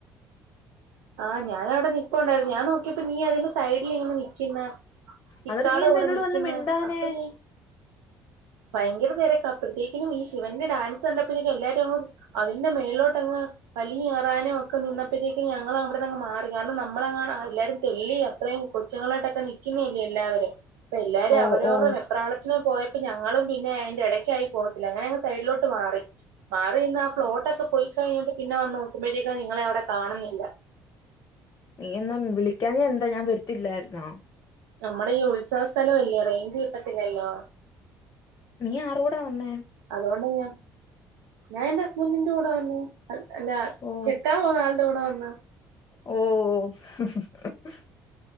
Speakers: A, on the right (about 80°); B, on the left (about 35°).
A: ആഹ് ഞാനവിടെ നിപ്പുണ്ടായിരുന്നു ഞാ നോക്കിയപ്പോ നീ അതിന്റെ സൈഡിലിങ്ങനെ നിക്ക്ന്ന് ഇക്കാടെ
B: അന്നിട്ട് നീ എന്താ
A: കൂടെ
B: എന്നോട്
A: നിക്ക്ന്ന്
B: വന്ന് മിണ്ടാനേ
A: അപ്പെയ്. ഭയങ്കരതിരക്കാ അപ്പഴ്ത്തേക്കിനും ഈ ശിവന്റെ ഡാൻസ് കണ്ടപ്പോതേക്കും എല്ലാരും അതിന്റെ മേൾളേ ട്ടങ്ങ് വലിഞ്ഞ് കേറാനും ഒക്കെ നിന്നപ്പോഴത്തേക്കും ഞങ്ങൾ അവിട്ന്നങ്ങ് മാറി കാരണം നമ്മളെങ്ങാണും എല്ലാരും. തുള്ളിയ മക്കളെയും കൊച്ചുങ്ങളായിട്ടൊക്കെ നൽക്കുന്നേല്ല്യൊ എല്ലാവരും അപ്പ എല്ലാരും
B: ഓ
A: അവരവരുടെ
B: ഓ
A: വെപ്രാളത്തിന് പോയ ഞങ്ങളും പിന്നെ അയിന്റെടക്കായി പോകത്തില്ലേ അങ്ങനെയങ്ങ് സൈഡിലോട്ട് മാറി മാറി നിന്നാ ഫ്ലോട്ടൊക്കെ പോയിക്കഴിഞ്ഞിട്ട് പിന്നെ വന്ന് നോക്കുമ്പോഴത്തേക്ക്‌ നിങ്ങളെയവടെ കാണുന്നില്ല
B: നീ എന്നാ വിളിക്കാഞ്ഞെന്താ ഞാൻ വരത്തില്ലാരുന്നോ
A: നമ്മടെയീ ഉത്സവസ്ഥലവല്ലേ റേഞ്ച് കിട്ടത്തില്ലല്ലോ
B: നീ ആരെ കൂടെ വന്നേ
A: അതുകൊണ്ട ഞാ ഞാനെന്റെ ഹസ്ബൻറിന്റെ കൂടെ വന്നു അ അല്ല
B: ഓ
A: കെട്ടാൻ പോവ്ന്ന ആളിന്റെ കൂടെ വന്ന
B: ഓഹ്